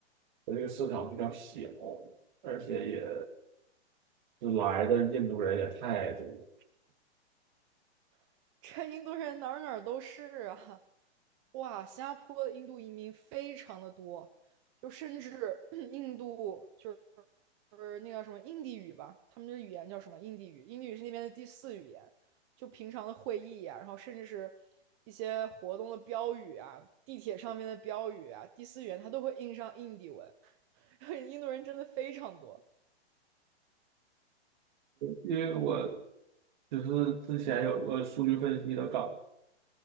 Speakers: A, on the right; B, on the right.
A: 它这个市场比较小，而且也就来的印度人也太多了。
B: <laughs> 这印度人哪儿哪儿都是啊！哇，新加坡的印度移民非常的多，就甚至 <clears throat> 印度就是就是那个什么印地语吧，他们的语言叫什么印地语？印地语是那边的第四语言。就平常的会议呀、然后甚至是一些活动的标语啊，地铁上面的标语啊，第四语言它都会印上印地文，<laughs> 印度人真的非常多。
A: 因为我就是之前有个数据分析的岗，